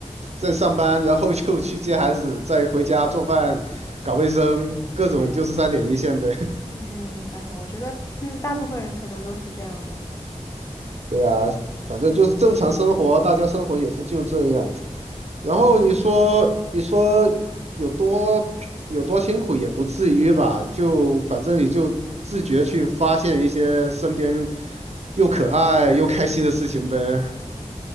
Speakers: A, on the right (about 60°); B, on the left (about 25°).
A: 在上班，然后就去接孩子，再回家做饭、搞卫生，各种就是三点一线呗。
B: 嗯，还好，我觉得嗯，大部分人可能都是这样的。
A: 对啊，反正就是正常生活，大家生活也是就这样子。然后你说，你说有多有多辛苦也不至于吧？就反正你就自觉去发现一些身边又可爱又开心的事情呗。